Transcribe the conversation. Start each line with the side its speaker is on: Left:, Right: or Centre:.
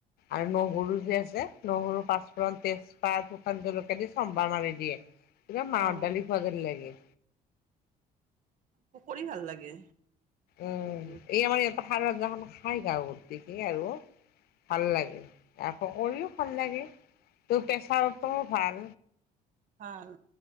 Left: আৰু নহৰু যে
Right: অ',
Left: আছে নহৰু পাঁচ ফূৰণ, তেজপাত, শুকান জলকীয়া দি চম্ভাৰ মাৰি দিয়ে, পুৰা মাহৰ
Right: অ
Left: দালি খোৱাৰ দৰে লাগে।
Right: পকৰি ভাল লাগে
Left: উম,
Right: এইটো
Left: এই আমাৰ ইয়াত খাৰৰ আঞ্জাখন খাই থাকো গতিকে আৰু। ভাল লাগে আকৌ কৰিও ভাল লাগে। তোৰ প্ৰেছাৰতো ভাল
Right: <unintelligible> ভাল